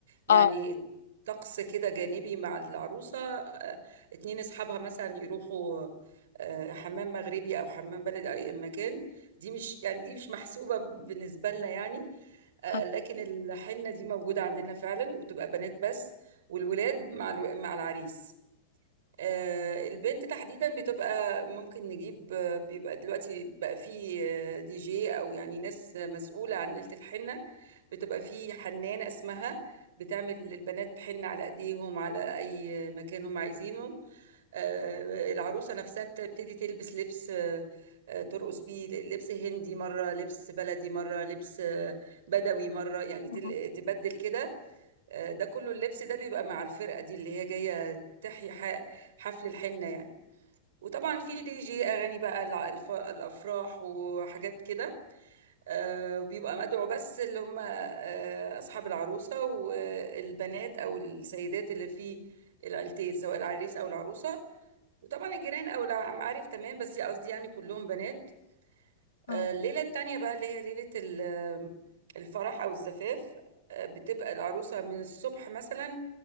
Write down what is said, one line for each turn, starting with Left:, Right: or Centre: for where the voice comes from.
Right: يعني
Left: اه
Right: طقس كده جانبي مع العروسة آه، اتنين اصحابها مثلا يروحوا آه، حمام مغربي او حمام بلدي او اي مكان دي مش يعني دي مش محسوبة بالنسبة لنا يعني آه،
Left: اه
Right: لكن الحنة دي موجودة عندنا فعلا بتبقى بنات بس والولاد مع الو- مع العريس آه، البنت تحديدا بتبقى ممكن نجيب آه، بيبقى دلوقتي بقى فيه آه، دي جي او يعني ناس مسؤولة عن ليلة الحنة بتبقى فيه حنانة اسمها بتعمل للبنات حنة على ايديهم على اي مكان هم عايزينه آه، العروسة نفسها بتبتدي تلبس لبس آه، آه، ترقص بيه لبس هندي مرة لبس بلدي مرة لبس آه، بدوي مرة يعني تل-
Left: اه
Right: تبدل كده آه، ده كله اللبس ده بيبقى مع الفرقة دي اللي هي جاية تحيي ح- حفل الحنة يعني وطبعا في دي جي أغاني بقى الع- الف- الأفراح وحاجات كده آه، بيبقى مدعو بس اللي هم آه، أصحاب العروسة والبنات أو السيدات اللي في العيلتين سواء العريس أو العروسة وطبعا الجيران أو المعارف تمام بس قصدي يعني كلهم بنات
Left: اه
Right: آه، الليلة التانية بقى اللي هي ليلة ال- الفرح أو الزفاف آه، بتبقى العروسة من الصبح مثلا